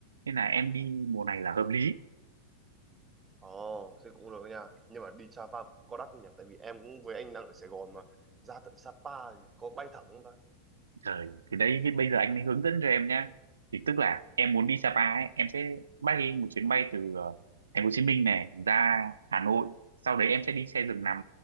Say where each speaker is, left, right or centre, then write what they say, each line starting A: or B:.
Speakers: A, on the right; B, on the right.
A: nên là em đi mùa này là hợp lý
B: ồ thế cũng được nha nhưng mà đi Sapa có đắt không nhỉ tại vì em cũng với anh đang ở Sài Gòn mà ra tận Sapa thì có bay thẳng không ta
A: Trời, thì đấy thì bây giờ anh mới hướng dẫn cho em nhá. Thì tức là em muốn đi Sapa ấy, em sẽ bay một chuyến bay từ ờ, thành phố Hồ Chí Minh này ra Hà Nội, sau đấy em sẽ đi xe giường nằm